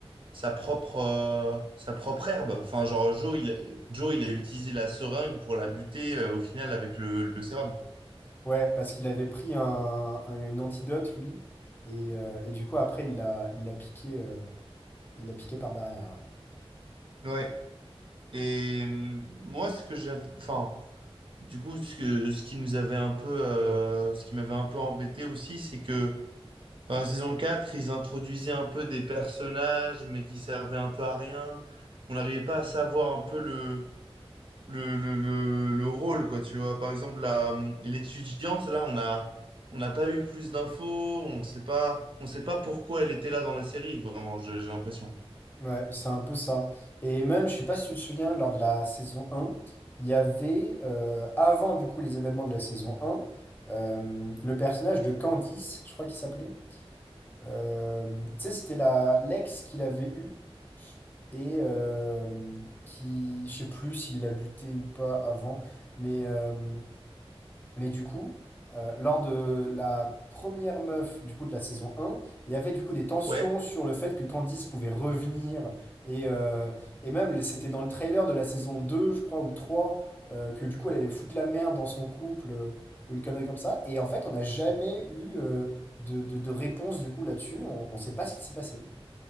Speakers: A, on the right (about 55°); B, on the left (about 20°).
A: sa propre, euh, sa propre herbe. Enfin, genre, Joe il, a- Joe, il a utilisé la seringue pour la buter euh, au final avec le, le sérum.
B: Ouais, parce qu'il avait pris un, un- une antidote lui et, euh, et du coup après il l'a il l'a piqué euh, il l'a piqué par derrière. ouais.
A: Ouais. Et hum, moi, ce que j'avais. Enfin, du coup, ce que, ce qui nous avait un peu. euh, ce qui m'avait un peu embêté aussi, c'est que dans la saison 4 ils introduisaient un peu des personnages, mais qui servaient un peu à rien. On n'arrivait pas à savoir un peu le le, le, le, le rôle, quoi, tu vois. Par exemple, la, hum, l'étudiante, là, on a, on n'a pas eu plus d'infos, on sait pas, on sait pas pourquoi elle était là dans la série, vraiment, j'ai j'ai l'impression.
B: Ouais, c'est un peu ça. Et même, je sais pas si tu te souviens, lors de la saison un il y avait, euh, avant du coup les événements de la saison un euh, le personnage de Candice, je crois qu'il s'appelait. Euh, tu sais, c'était la l'ex qu'il avait eu et euh, qui, je sais plus s'il l'a buté ou pas avant, mais euh, mais du coup, euh, lors de la première meuf du coup de la saison un, il y avait du coup des tensions
A: Ouais,
B: sur le fait que Candice pouvait revenir. Et, euh, et même, les- c'était dans le trailer de la saison 2, je crois, ou 3, euh, que du coup, elle allait foutre la merde dans son couple, euh, ou une connerie comme ça. Et en fait, on n'a jamais eu euh, de, de- de réponse du coup là-dessus. On ne sait pas ce qui s'est passé.